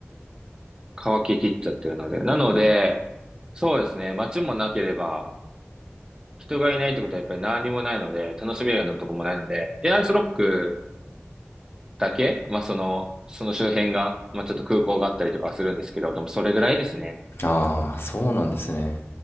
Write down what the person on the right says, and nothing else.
乾ききっちゃってるので。なので、そうですね。街もなければ、人がいないってことはやっぱり何にもないので、楽しめるようなとこもないので、エアーズロックだけ、まあその、その周辺が、まあちょっと空港があったりとかはするんですけど、でもそれぐらいですね。